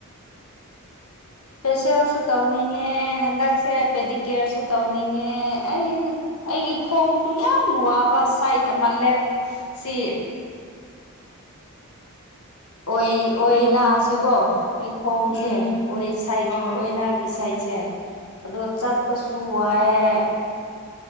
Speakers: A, on the left (about 80°); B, on the left (about 55°).
A: ꯏꯁꯦꯁꯦꯜꯁꯨ ꯇꯧꯅꯤꯡꯉꯦ ꯍꯟꯗꯛꯁꯦ ꯄꯦꯗꯤ ꯀꯦꯌꯔꯁꯨ ꯇꯧꯅꯤꯡꯉꯦ ꯑꯩ ꯑꯩꯒꯤ ꯈꯣꯡꯁꯨ ꯌꯥꯝ ꯋꯥꯕ ꯁꯥꯏꯠ ꯑꯃ ꯂꯦꯞ ꯁꯤ ꯑꯣꯏ ꯑꯣꯏ
B: ꯑꯣ
A: ꯅꯥꯁꯤꯀꯣ ꯑꯩ ꯈꯣꯡꯁꯦ
B: ꯎꯝ
A: ꯑꯣꯏ ꯁꯥꯏꯠ
B: ꯑꯥ
A: ꯑꯣꯏꯅꯥꯒꯤ ꯁꯥꯏꯠꯁꯦ ꯑꯗꯣ ꯆꯠꯄꯁꯨ ꯋꯥꯏꯑꯦ